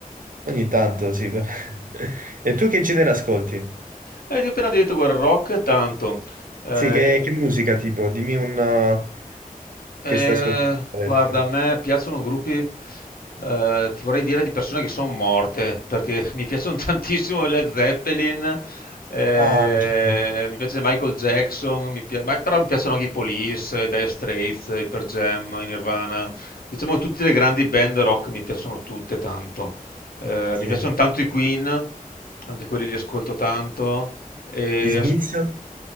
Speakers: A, on the right; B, on the left.
A: ogni tanto sì. per- <laughs> E tu che genere ascolti?
B: Eh, ti ho appena detto, guarda, rock tanto. Eh,
A: Sì, che, che musica tipo? Dimmi un uh,
B: Eh,
A: che stai ascoltando adesso.
B: guarda, a me piacciono gruppi, eh, ti vorrei dire di persone che sono morte, perché mi piacciono <laughs> tantissimo i Led Zeppelin, eh,
A: Ah, anche te.
B: mi piace Michael Jackson, mi pia- ma- però mi piacciono anche i Police, i Dire Straits, i Pearl Jam, i Nirvana. Diciamo che tutte le grandi band rock mi piacciono tutte tanto. Eh,
A: Sì.
B: mi piacciono tanto i Queen, anche quelli li ascolto tanto. E
A: Gli Smiths?
B: as-